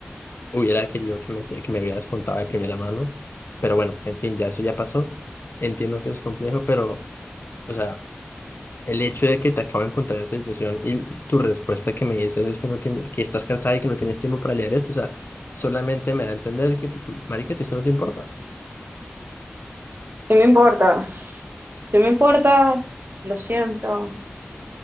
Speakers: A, on the left (about 65°); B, on the right (about 60°).
A: Hubiera querido que me, enter- que me hubieras contado de primera mano, pero bueno, en fin, ya eso ya pasó. Entiendo que es complejo, pero, o sea, el hecho de que te acabo de encontrar en esta situación y tu respuesta que me dices es que no tien- que estás cansada y que no tienes tiempo para leer esto, o sea, solamente me da a entender que, marica, que esto no te importa.
B: sí me importa, sí me importa, lo siento.